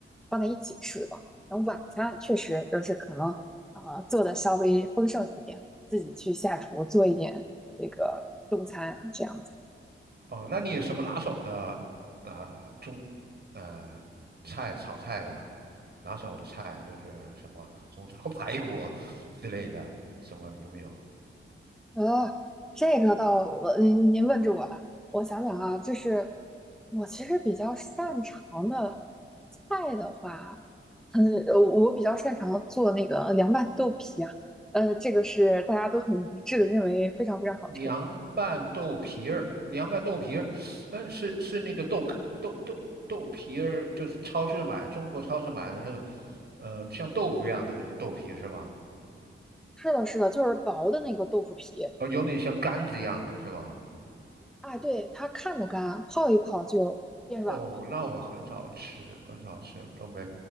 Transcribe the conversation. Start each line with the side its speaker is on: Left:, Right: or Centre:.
Centre: 放在一起吃吧。然后晚餐确实就是可能啊、呃做的稍微丰盛一点，自己去下厨做一点这个中餐这样。
Right: 哦，那你有什么拿手的呃中呃菜炒菜啊？拿手的菜就是什么红烧 <laughs> 排骨之类的，什么有没有？
Centre: 呃，这个倒，呃您您问住我了。我想想啊，就是我其实比较擅长的菜的话，嗯，呃我比较擅长做那个凉拌豆皮啊。呃，这个是大家都很一致的认为非常非常好吃。
Right: 凉拌豆皮儿，凉拌豆皮儿，嗯，是是那个豆干豆豆豆皮儿，就是超市买中国超市买的那个，呃，像豆腐一样的那种豆皮是吧？
Centre: 是的，是的，就是薄的那个豆腐皮。
Right: 哦，有点像干子一样的是吧？
Centre: 哎，对，它看着干，泡一泡就变软了。
Right: 哦，那我很少吃，很少吃东北，